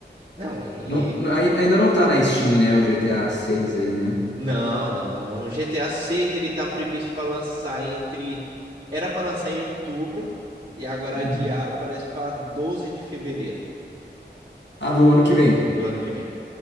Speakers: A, on the right (about 35°); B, on the left (about 75°).
A: Não, e.
B: Não, não- ai- ainda não tá na Steam, né? O GTA 6 aí, né?
A: Não, não, não. O GTA 6 ele tá previsto para lançar entre. Era para lançar em outubro e agora
B: Hum.
A: adiaram, parece para 12 de fevereiro
B: Ah, do ano que vem.
A: do ano que vem.